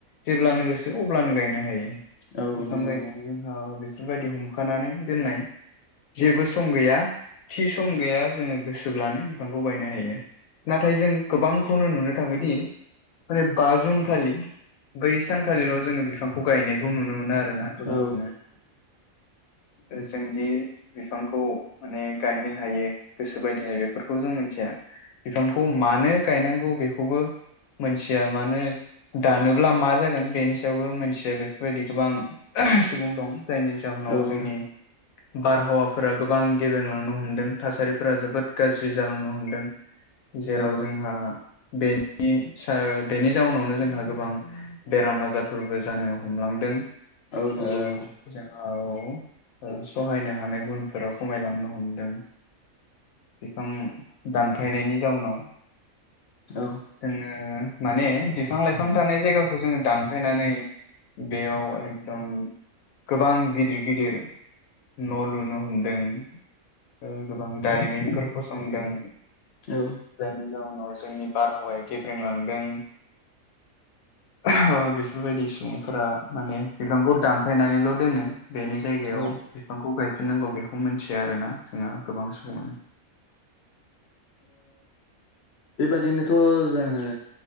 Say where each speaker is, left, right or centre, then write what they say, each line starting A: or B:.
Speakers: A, on the left; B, on the left.
A: जेब्लानो गोसो अब्लानो गायनो हायो।
B: औ
A: बिफां
B: नंगौ
A: गायनायनि
B: नंगौ
A: जोंहा बेफोरबायदि हमखानानै दोननाय जेबो सम गैया थि सम गैया जोङो गोसोब्लानो बिफांखौ गायनो हायो। नाथाय जों गोबांखौनो नुनो थाङोदि माने बा जुनखालि बै सानखालिल' जोङो बिफांखौ गायनायखौ नुनो मोनो आरो ना गोबांखौनो।
B: औ
A: जोंदि बिफांखौ माने गायनो हायो गोसो बायदि हायो बेफोरखौ जों मिथिया बिफांखौ मानो गायनांगौ बेखौबो मोनथिया मानो दानोब्ला मा जागोन बेनि सायावबो मोनथिया बेफोरबायदि गोबां सुबुं दं। जायनि जाहोनाव
B: औ
A: जोंनि बारहावाफोरा गोबां गेबेंलांनो हमदों थासारिफोरा जोबोद गाज्रि जालांनो हमदों जेराव
B: औ
A: जोंहा बेनि सा बेनि जाउनावनो जोंहा गोबां बेराम आजारफोरबो जानो हमलांदों।
B: औ नंगौ
A: ओ
B: नंगौ
A: जोंहा औ। सहायनो हानाय गुनफोरा खमायलांनो हमदों। बिफां दानफायनायनि जाउनाव
B: औ
A: जोङो उम माने बिफां लाइफां थानाय जायगाखौ जोङो दानफायनानै बेयाव एकदम गोबां गिदिर गिदिर न' लुनो हमदों। ओ गोबां दारिमिनफोर फसंदों।
B: औ।
A: जायनि जाउनाव जोंनि बारहावाया गेब्रेंलांदों। ओहो बेफोरबायदि सुबुंफोरा माने बिफांखौ दानफायनानैल' दोनो बेनि जायगायाव
B: औ ओ
A: बिफांखौ गायफिननांगौ बेखौ मिथिया आरोना जोङो। गोबां सबुंआनो
B: बेबादिनोथ' जोङो